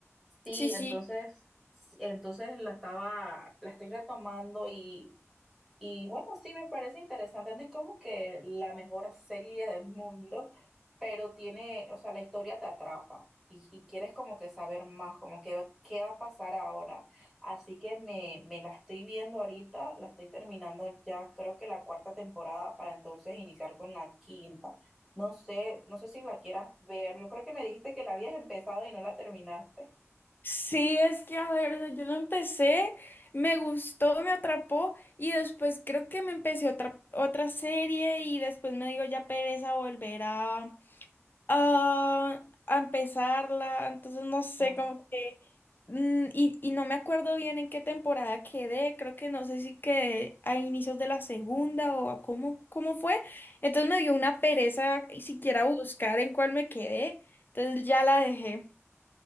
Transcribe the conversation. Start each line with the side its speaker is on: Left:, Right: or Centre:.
Centre: Sí,
Left: Sí, sí.
Centre: entonces, sí, entonces la estaba, la estoy retomando y y bueno, sí me parece interesante, no es como que la mejor serie del mundo, pero tiene, o sea, la historia te atrapa y, y quieres como que saber más, como que qué va a pasar ahora. Así que me, me la estoy viendo ahorita, la estoy terminando ya creo que la cuarta temporada para entonces iniciar con la quinta. No sé, no sé si la quieras ver, yo creo que me dijiste que la habías empezado y no la terminaste.
Left: Sí, es que a ver, o sea, yo lo empecé, me gustó, me atrapó y después creo que me empecé otra, otra serie y después me digo ya pereza volver a, ah, a empezarla, entonces no sé,
Centre: Ajá.
Left: como que... mm, y, y no me acuerdo bien en qué temporada quedé, creo que no sé si quedé a inicios de la segunda o a cómo, cómo fue. Entonces me dio una pereza y siquiera buscar en cuál me quedé, entonces ya la dejé.